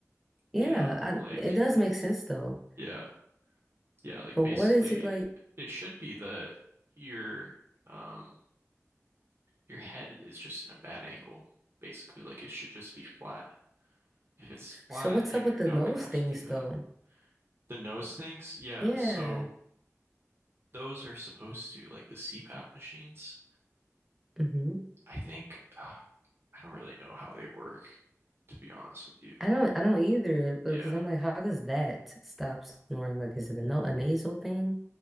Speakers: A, in the centre; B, on the right (about 50°).
A: Yeah,
B: You know,
A: I,
B: like,
A: it does make sense though.
B: yeah, yeah, like
A: But
B: basically
A: what is it like?
B: it should be that your um your head is just in a bad angle, basically. Like it should just be flat. If it's flat,
A: So what's
B: you
A: up with
B: you're
A: the
B: not
A: nose
B: gonna have
A: things
B: to do
A: though?
B: that. The nose things, yeah,
A: Yeah.
B: so those are supposed to like the CPAP machines.
A: hmm
B: I think <sighs> uh, I don't really know how they work, to be honest with you.
A: I don't I don't either because
B: Yeah.
A: I'm like, how does that stop snoring? Like, is it a no a nasal thing?